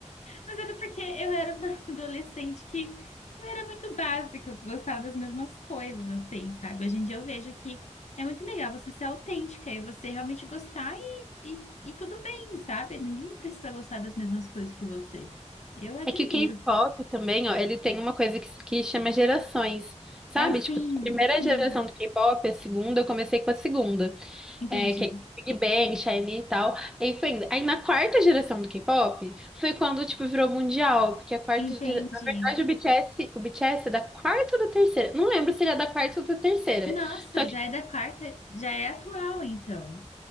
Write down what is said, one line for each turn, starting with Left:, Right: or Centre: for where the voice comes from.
Left: mas era porque eu era uma <laughs> adolescente que eu era muito básica, eu gostava das mesmas coisas, assim, sabe? Hoje em dia eu vejo que é muito legal você ser autêntica e você realmente gostar e, e, e tudo bem, sabe? Ninguém precisa gostar das mesmas coisas que você. Eu admiro.
Centre: É que o K-pop também, ó, ele tem uma coisa que, que chama gerações, sabe?
Left: É, sim,
Centre: Tipo, a primeira
Left: sim,
Centre: geração do K-pop, a segunda, eu comecei com a segunda,
Left: entendi,
Centre: é, que é Big Bang, SHINee e tal. Aí foi indo. Aí na quarta geração do K-pop, foi quando, tipo, virou mundial, porque a quarta
Left: entendi.
Centre: gera... Na verdade, o BTS, o BTS é da quarta ou da terceira? Não lembro se ele é da quarta ou da terceira.
Left: Nossa,
Centre: Só que
Left: já é da quarta, já é atual, então.